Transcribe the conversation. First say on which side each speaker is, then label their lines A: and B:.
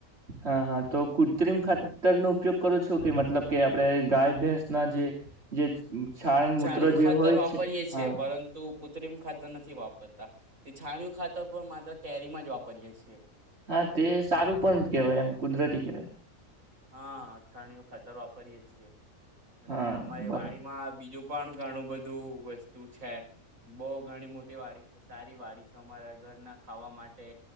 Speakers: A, on the right (about 45°); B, on the right (about 60°).
A: હા હા તો કૃત્રિમ ખાતરનો ઉપયોગ કરો છો કે મતલબ કે આપડે ગાય ભેંસના જે જે છાણ
B: છાણયું
A: મૂત્ર જે
B: ખાતર
A: હોય
B: વાપરીએ
A: છે?
B: છીએ
A: હા.
B: પરંતુ કૃત્રિમ ખાતર નથી વાપરતા. તે છાણિયું ખાતર પણ માત્ર કેરીમાં જ વાપરીએે છીએ.
A: હા તે સારું પણ કેહવાય એમ કુદરતી કેહેવાય.
B: હા છાણીયું ખાતર વાપરીએે છીએ. અને
A: હા
B: અમારી
A: બને
B: વાડીમાં બીજું પણ ઘણું બધું વસ્તુ છે. બઉ ઘણી મોટી વાડી છે. સારી વાડી છે. અમારા ઘરના ખાવા માટે